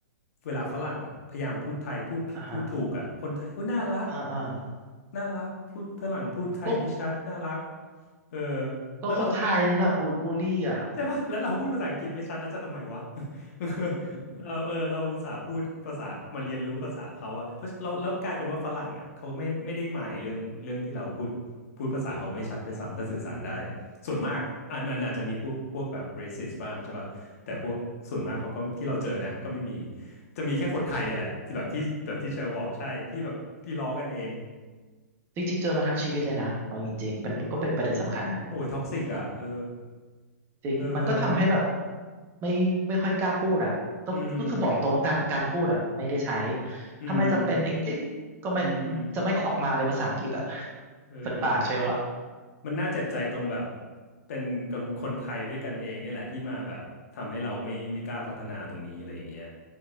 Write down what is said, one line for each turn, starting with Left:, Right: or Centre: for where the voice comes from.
Left: เวลาฝรั่งอะพยายามพูดไทยพูดผิดพูดถูกอ่ะคนไทยก็น่ารัก
Right: อ่าฮะอ่าอ่า
Left: น่ารักพูดฝรั่งพูดไทยไม่ชัดน่ารัก
Right: ก็
Left: เออ
Right: ก็คนไทยนั่นแหละบูลบูลลี่อ่ะ
Left: แล้วเรา ใช่ป่ะแล้วเราพูดภาษาอังกฤษไม่ชัดแล้วจะทำไมวะ <laughs> เราเออเราอุตส่าห์พูดภาษามาเรียนรู้ภาษาเขาอะเพราะเราแล้วกลายเป็นว่าฝรั่งอะเขาไม่ไม่ได้หมายเรื่องเรื่องที่เราพูดพูดภาษาเขาไม่ชัดด้วยซ้ำถ้าสื่อสารได้
Right: อืม
Left: ส่วนมากอ่ะมันอาจจะมีพวกพวกแบบ racist บ้างใช่ป่ะแต่พวกส่วนมากเขาก็ที่เราเจอนะก็ไม่มีจะมีแค่คนไทยเนี่ยแหละที่แบบที่แบบที่เชอร์บอกใช่ที่แบบที่ล้อกันเอง
Right: จริงๆเจอมาทั้งชีวิตเลยนะเอาจริงๆเป็นก็เป็นประเด็นสำคัญนะ
Left: อ้าวโอ้ยท็อกซิกอะเออ
Right: จริงมันก็ทำให้แบบ
Left: เออ
Right: ไม่ไม่ค่อยกล้าพูดอ่ะก็ก็คือบอกตรงว่าการการพูดอ่ะไม่ได้ใช้
Left: อืมอืม
Right: ถ้าไม่จำเป็นจริงๆก็ไม่
Left: อืม
Right: จะไม่ออกมาเลยภาษาอังกฤษอ่ะ <laughs>
Left: เออ
Right: จากปากเชลอ่ะ
Left: มันน่าเจ็บใจตรงแบบเป็นคนคนไทยด้วยกันเองเนี่ยแหละที่มาแบบทำให้เราไม่ไม่กล้าพัฒนาตรงนี้อะไรอย่างเงี้ย